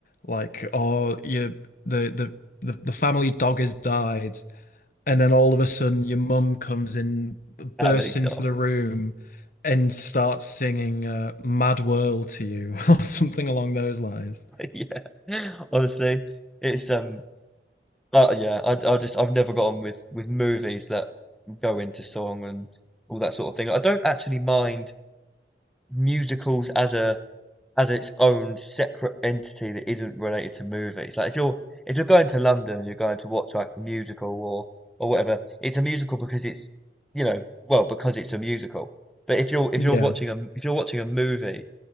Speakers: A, on the left; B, in the centre.
A: like or you the the the, the family dog has died And then all of a sudden, your mum comes in,
B: That
A: bursts
B: many stuff.
A: into the room,
B: <laughs>
A: and starts singing uh, "Mad World" to you, <laughs> or something along those lines.
B: Yeah, honestly, it's um Uh, yeah, I, I just I've never got on with with movies that go into song and all that sort of thing. I don't actually mind musicals as a as its own separate entity that isn't related to movies. Like if you're if you're going to London and you're going to watch like a musical or or whatever, it's a musical because it's you know well because it's a musical. But if you're if
A: Yeah,
B: you're watching a if you're watching a movie